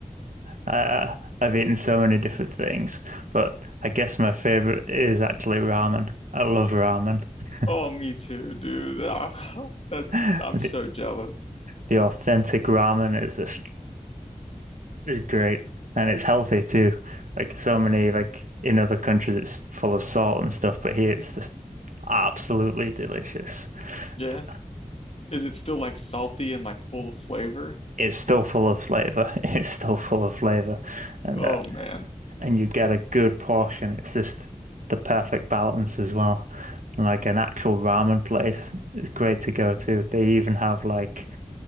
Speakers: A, on the right; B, on the left.
A: Uh, I've eaten so many different things, but I guess my favorite is actually ramen. I love ramen. <laughs>
B: Oh, me too, dude. Ah, <laughs> that
A: The,
B: I'm so jealous.
A: the authentic ramen is just It's great and it's healthy too. Like so many like in other countries it's full of salt and stuff, but here it's just absolutely delicious.
B: Yeah.
A: It's,
B: Is it still like salty and like full of flavor?
A: it's still full of flavor. <laughs> It's still full of flavor and
B: Oh
A: that
B: man.
A: and you get a good portion. It's just the perfect balance as well. And like an actual ramen place is great to go to. They even have like